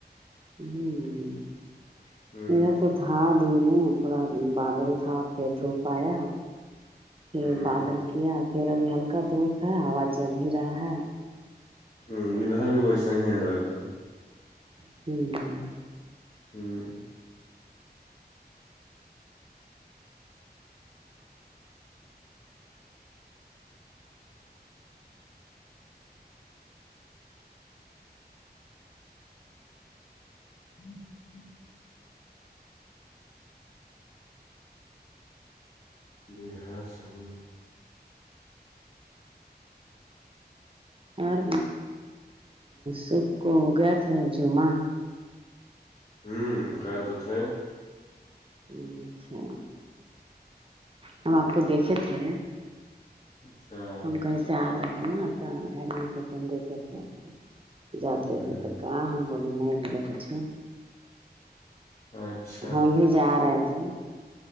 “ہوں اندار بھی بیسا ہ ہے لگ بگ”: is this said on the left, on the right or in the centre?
Left